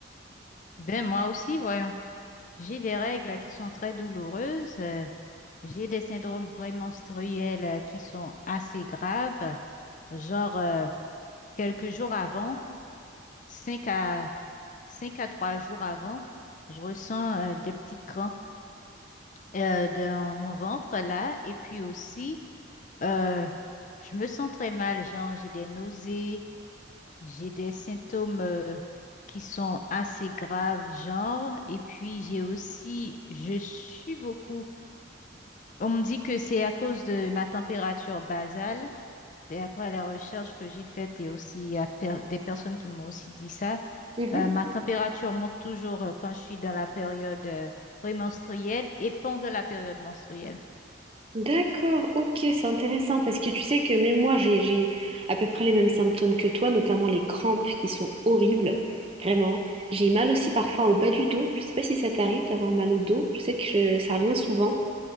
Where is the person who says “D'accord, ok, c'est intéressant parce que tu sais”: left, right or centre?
Right